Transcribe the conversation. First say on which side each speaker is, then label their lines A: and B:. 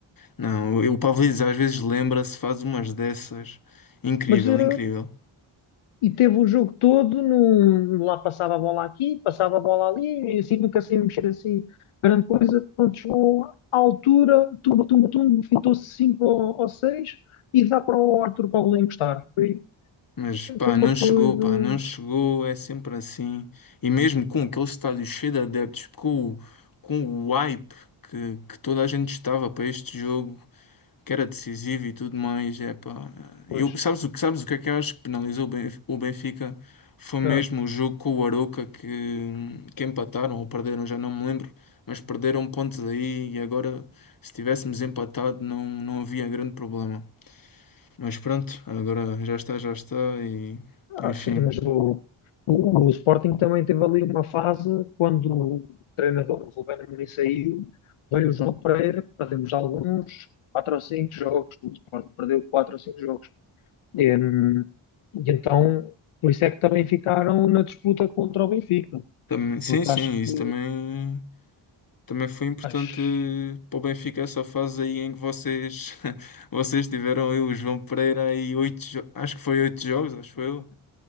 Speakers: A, on the left; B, on the left.
A: não, o o Pavlidis às vezes lembra-se, faz umas dessas. Incrível,
B: Mas eh,
A: incrível.
B: e teve o jogo todo, num, lá passava a bola aqui, passava a bola ali, e assim nunca sem mexer assim grande coisa. Quando chegou à altura, tumba, tumba, tumba, fintou-se 5 ou, ou 6 e dá para o Arthur Paulo encostar. Foi,
A: Mas pá,
B: foi uma
A: não
B: coisa.
A: chegou, pá, não chegou, é sempre assim. E mesmo com aquele estádio cheio de adeptos, com o, com o hype que, que toda a gente estava para este jogo, que era decisivo e tudo mais. É pá,
B: Pois.
A: é. eu, sabes o que sabes o que é que eu acho que penalizou o Benf- o Benfica? Foi mesmo
B: ah,
A: o jogo com o Arouca que, que empataram ou perderam, já não me lembro, mas perderam pontos aí e agora se tivéssemos empatado não, não havia grande problema. Mas pronto, agora já está, já está e
B: Ah,
A: enfim.
B: sim, mas o, o, o Sporting também teve ali uma fase quando o treinador Rubén Amorim saiu, veio o João Pereira, perdemos alguns 4 ou 5 jogos, o Sporting perdeu 4 ou 5 jogos. E, hum, e então, por isso é que também ficaram na disputa contra o Benfica,
A: Também, sim,
B: porque
A: sim,
B: acho que
A: isso também Também foi importante
B: acho
A: eh, para o Benfica essa fase aí em que vocês, <laughs> vocês tiveram aí o João Pereira aí oito, jo- acho que foi oito jogos, acho que foi eu.